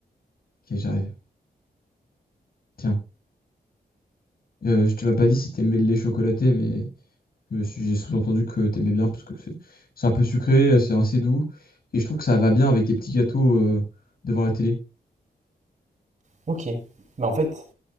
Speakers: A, on the left (about 65°); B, on the right (about 45°).
A: Ok, j'arrive. Tiens, euh, je- tu m'as pas dit si t'aimais le lait chocolaté, mais Je me suis- J'ai sous-entendu que t'aimais bien parce que c'est c'est un peu sucré, c'est assez doux. Et je trouve que ça va bien avec des petits gâteaux euh, devant la télé.
B: Ok. Mais en fait,